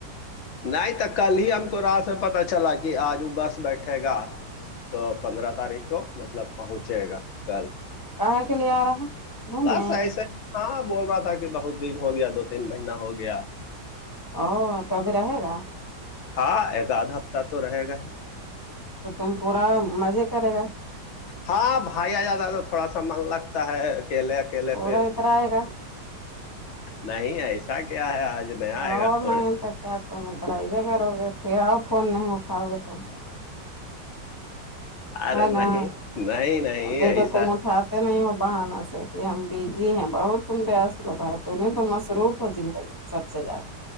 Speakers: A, on the left; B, on the left.
A: نہیں تو کل ہی ہم کو رات میں پتا چلا کہ آج وہ بس بیٹھے گا تو پندرہ تاریخ کو مطلب پہنچے گا کل
B: کاہے کے لیے آ رہا ہے گھومنے
A: بس ایسا ہی ہاں بول رہا تھا کہ بہت دن ہو گیا دو تین مہینہ ہو گیا
B: او توبھی رہے گا
A: ہاں ایک آدھا ہفتہ تو رہے گا ہی
B: تو تم پورا مزے کرے گا
A: ہاں بھائییا جیاادہ تھوڑا سا من لگتا ہے اکیلے اکیلے
B: پورا
A: پھر
B: اترا آئے گا
A: نہیں ایسا کیا ہے آج نیا آئے
B: اور
A: گا تھوڑے
B: نہیں تو کیا تم اتر ہی بھی کرو گے پھر آؤ فون نہیں اٹھاؤ گے تم
A: ارے
B: ہے نا
A: نہیں نہیں نہیں
B: ابھی
A: ایسا
B: تو تم اٹھاتے نہیں ہو بہانہ سے کہ ہم بزی ہیں بہت تم بیست ہو باؤ تمہیں تو مصروف ہو زندگی سب سے زیادہ